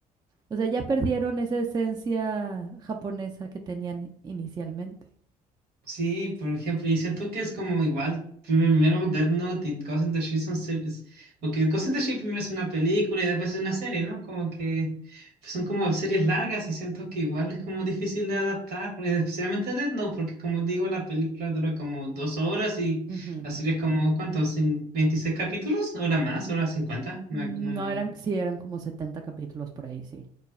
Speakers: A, on the right (about 25°); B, on the right (about 60°).
A: O sea, ya perdieron esa esencia japonesa que tenían inicialmente.
B: Sí, por ejemplo, y siento que es como igual, primero Death Note y Ghost in the Shell son series, porque Ghost in the Shell primero es una película y después es una serie, ¿no? Como que pues, son
A: Ujú,
B: como series largas y siento que igual es como difícil de adaptar, porque especialmente Death Note, porque como digo, la película dura como dos horas y
A: ujú.
B: la serie es como, ¿cuántos? ¿Cin- ¿26 capítulos? ¿Hora más? ¿Hora 50?
A: No
B: No, me no, me-
A: eran, sí, eran como 70 capítulos por ahí, sí.